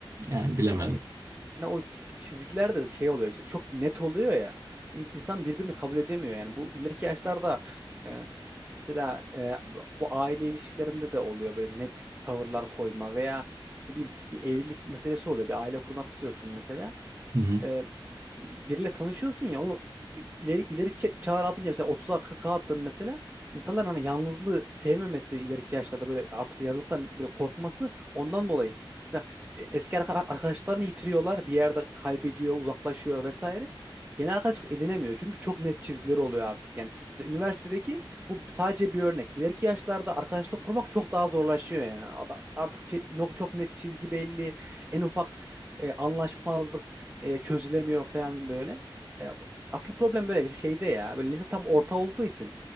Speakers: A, on the right; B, on the right.
A: yani bilemedim.
B: Hani hani o çizgiler de şey oluyor işte çok net oluyor ya. İ- İnsan birbirini kabul edemiyor yani. Bu ileriki yaşlarda e, mesela e, bu bu aile ilişkilerinde de oluyor böyle net tavırlar koyma veya ne bileyim bir evlilik meselesi oluyor. Bir aile kurmak istiyorsun mesela
A: Hı hı.
B: e, biriyle tanışıyorsun ya onu ileri ileri ke- çağlar atınca mesela 30'a 40'a attın mesela insanların hani yalnızlığı sevmemesi ileriki yaşlarda böyle artık yalnızlıktan böyle korkması ondan dolayı mesela e, eski arka- arkadaşlarını yitiriyorlar bir yerde kaybediyor uzaklaşıyor vesaire yeni arkadaşlık edinemiyor çünkü çok net çizgileri oluyor artık yani mesela üniversitedeki bu sadece bir örnek ileriki yaşlarda arkadaşlık kurmak çok daha zorlaşıyor yani Ada- artık çe- no- çok net çizgi belli en ufak e, anlaşmazlık e, çözülemiyor falan böyle. E, bu- asıl problem böyle bir şeyde ya. Böyle lise tam orta olduğu için